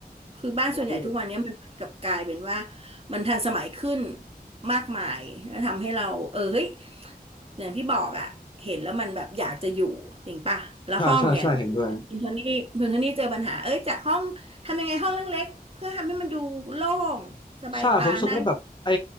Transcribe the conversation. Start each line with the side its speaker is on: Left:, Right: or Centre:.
Right: คือบ้านส่วนใหญ่ทุกวันนี้มันเหมือนกับกลายเป็นว่า
Left: ๆอืม
Right: มันทันสมัยขึ้นมากมายแล้วทำให้เราเออเฮ้ยอย่างที่บอกอะเห็นแล้วมันแบบอยากจะอยู่จริงป่ะแล้วห้องอย่าง
Left: ใช่ใช่ใช่เห็นด้วย
Right: คุณโทนี่คุณโทนี่เจอปัญหาเอ้ยจากห้องทำยังไงห้องเล็กๆเพื่อทำให้มันดูโล่งสบายตาน่า
Left: ใช่ผมรู้สึกว่าแบบไอ้